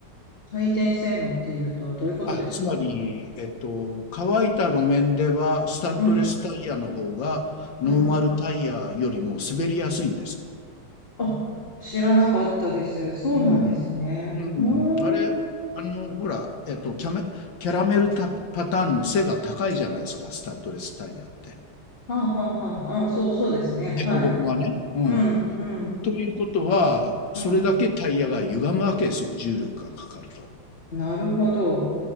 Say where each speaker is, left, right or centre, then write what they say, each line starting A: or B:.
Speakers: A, on the left; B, on the left.
A: 回転性能っていうと、どういうことですか
B: あ、つまり、えっと、乾いた路面では、スタッドレスタイヤの方が、
A: うん。うん。
B: ノーマルタイヤよりも滑りやすいんです。
A: あ、知らなかったです。そうなんですね。
B: うん。うん。
A: おー、
B: あれ、あの、ほら、えっと、キャメ、キャラメルタパターンの背が高いじゃないですか、スタッドレスタイヤって。
A: はあ、はあ、はあ、はあ、そう、そうですね。
B: 凸凹がね。
A: はい。
B: うん。
A: うん、うん、
B: ということは、それだけタイヤが歪むわけですよ、
A: うん。
B: 重力がかかると。
A: なるほど。